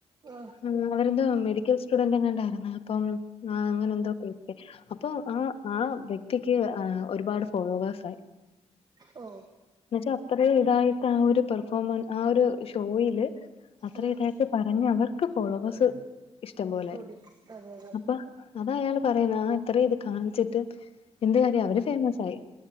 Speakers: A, on the right; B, on the left.
A: ആഹ്
B: ഉം അവരെന്തോ മെഡിക്കൽ സ്റ്റുഡന്റ് എങ്ങാണ്ട്. അങ്ങനെ ഇപ്പൊ ഏഹ് അങ്ങനെ എന്തോ കേട്ടു, അപ്പൊ ആഹ് ആഹ് വ്യക്തിക്ക് ഒരുപാട്. ഓവർസായി
A: ഓ
B: എന്നുവച്ചാൽ അത്ര ഇതായിട്ട് ആഹ് ഒരു പെർഫോമൻ ആഹ് ഒരു ഷോയില് അത്ര
A: ഉം
B: ഇതായിട്ട്. പറഞ്ഞ് അവർക്ക് ഫോയിലോഴ്സ് ഇഷ്ടം പോലെ
A: കൂടി
B: ആയി.
A: അതെ അതെ.
B: അപ്പ അതാ അയാള് പറയുന്ന ആഹ് ഇത്ര ഇത് കാണിച്ചിട്ട്, എന്ത് കാര്യം അവര് ഫേമസ് ആയി.